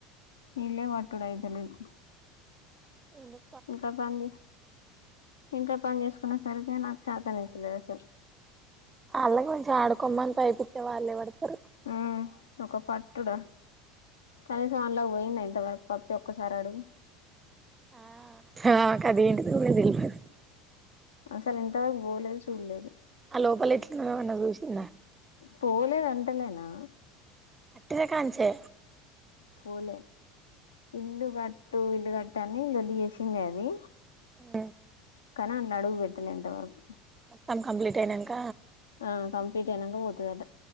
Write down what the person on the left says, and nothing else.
నీళ్ళే పట్టుడు అయితలేదు
ఇంకా పనిచేయ్ ఇంకా పని చేసుకున్న సరికి నాకు చేత అయితలేదు అసలు
ఆ ఒక పట్టుడా కనీసం అనలో పోయింది ఇంతవరకు పప్పి ఒక్కసారి అడుగు
అసలు ఇంతవరకు పోలేదు చూడలేదు
పోలేదు అంటలేనా
పోలే ఇల్లు కట్టు ఇల్లు కడుతంది లొల్లి చేసింది అది
కానీ అళ్ళు అడుగు పెట్టాలే ఎంతవరకు
ఆ కంప్లీట్ అయనంక పోతది ఆట